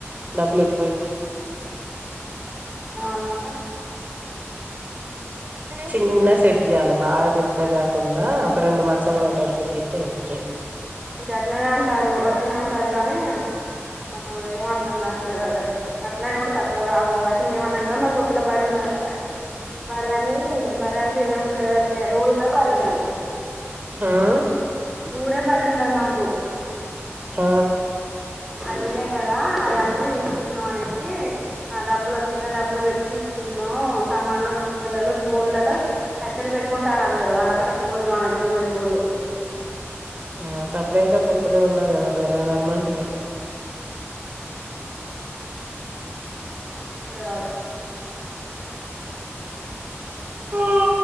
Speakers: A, on the right (about 35°); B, in the centre.
A: డబ్బులెక్కువై
B: మకా
A: చిన్న సెట్జెయల బాగా పేద్దగాకుండా ఒక రెండు మంచాలు పెట్టాటు సట్ జెతే అయిపోతది
B: గట్లనే అంటారు అట్లనే అంటారు గానీ మాకు ఏం అర్థంగట్లేదదే అట్లైనా కూడా తక్కువ కావు అయితే మేము అన్నాం కదా మర్ పోత్తుల బర్రున్నది గదా బర్రమి బార్రమ్మితె ఇరవై ముప్పైవేలోత్తయ్ గదా ఊర్లో బర్రున్నది
A: ఆ
B: దూడ బార్ న్న మాకు
A: ఆ
B: అవి ఉన్నాయి కదా అవి అమ్మి తీసుకుందాం అనేసి ఆ డబ్బులు వత్తగా డబ్బులు పెట్టి తీసుకుందాం సమానం ఇట్క పిల్లలు పోళ్లట కట్టెలు పెట్టుకుంటారు అందరు అలాక్కడ పోళ్లుు కానడు సిమెంట్ పొల్లు
A: ఆ సపరకా పొత్తులేది ఉన్నది కదా బర్రద అమ్మండిగా
B: చేయాలె
A: ఇగ